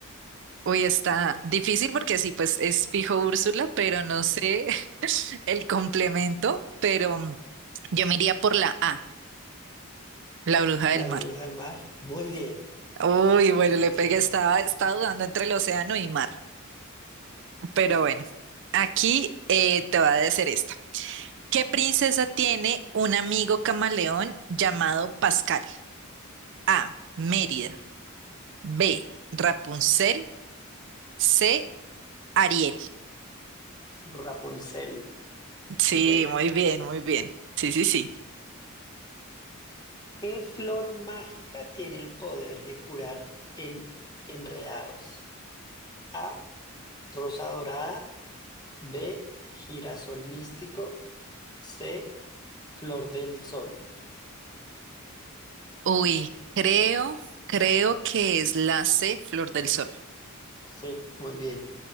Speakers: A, on the right (about 60°); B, on the left (about 20°).
A: Uy, está difícil porque sí, pues es fijo Úrsula, pero no sé. el complemento, pero mm, yo me iría por la A, la bruja
B: La
A: del
B: bruja
A: mar.
B: del mar. Muy bien,
A: Uy, bueno,
B: muy
A: le
B: bien.
A: pegué, estaba, estaba dudando entre el océano y mar. Pero bueno, aquí eh, te va a decir esta. ¿Qué princesa tiene un amigo camaleón llamado Pascal? A. Mérida. B. Rapunzel. C. Ariel.
B: Rapunzel.
A: Sí,
B: B.
A: muy bien, muy bien. Sí, sí, sí.
B: ¿Qué flor mágica tiene el poder de curar en enredados? A, rosa dorada. B, girasol místico. C, flor del sol.
A: Uy, creo, creo que es la C, Flor del Sol.
B: Sí, muy bien.